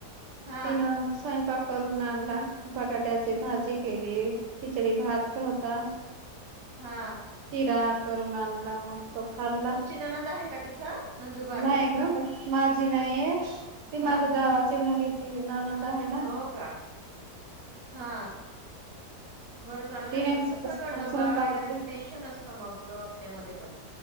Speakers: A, on the right; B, on the right.
A: हा
B: तीन स्वयंपाक करून आणला बटाट्याची भाजी केली पिचडी भात होता.
A: हा
B: शिरा करून आणला मग तो खाल्ला
A: तुमची ननंद आहे का तिथं नंदुरबारला?
B: नाही ग माझी नाहीये ते
A: हा
B: माझ्या चि मुली की ननंद है ना
A: हो का? हा बरं झालं
B: तिनेच
A: नाही तर कसं
B: स्वयंपाक
A: ग डबा वगैरेच टेन्शन असतं मग दवाखान्यामध्ये पण.